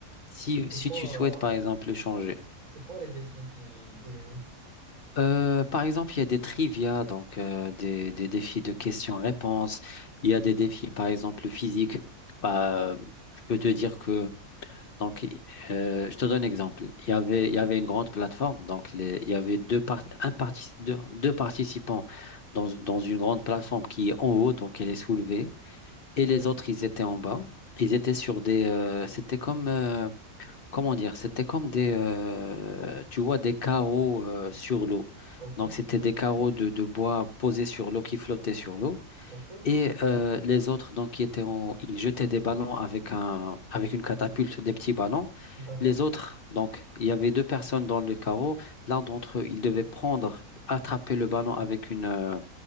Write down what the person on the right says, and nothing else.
C'est
quoi,
c'est c'est quoi les défis qu'il qu'il joue?
Ouais,
ok,
ok,
d'accord,